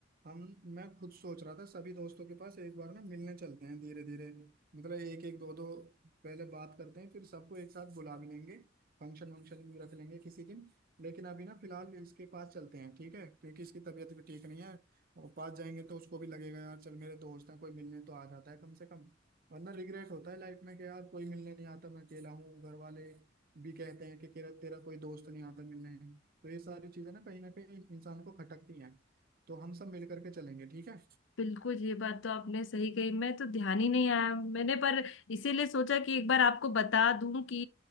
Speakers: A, on the right (about 50°); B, on the left (about 70°).
A: हम मैं खुद सोच रहा था सभी दोस्तों के पास एक बार में मिलने चलते हैं धीरे धीरे मतलब एक एक दो दो पहले बात करते हैं फिर सबको एक साथ बुला भी लेंगे फंक्शन वंक्शन भी रख लेंगे किसी दिन लेकिन अभी ना फिलहाल इसके पास चलते हैं ठीक है क्योंकि इसकी तबीयत भी ठीक नहीं है और पास जाएंगे तो उसको भी लगेगा यार चल मेरे दोस्त हैं कोई मिलने तो आ जाता है कम से कम वरना रिग्रेट होता है लाइफ में कि यार कोई मिलने नहीं आता मैं अकेला हूँ घर वाले भी कहते हैं कि तेरा तेरा कोई दोस्त नहीं आता मिलने तो ये सारी चीजें ना कहीं ना कहीं इंसान को खटकती हैं तो हम सब मिल करके चलेंगे ठीक है
B: बिल्कुल ये बात तो आपने सही कही मैं तो ध्यान ही नहीं आया मैंने पर इसीलिए सोचा कि एक बार आपको बता दूं कि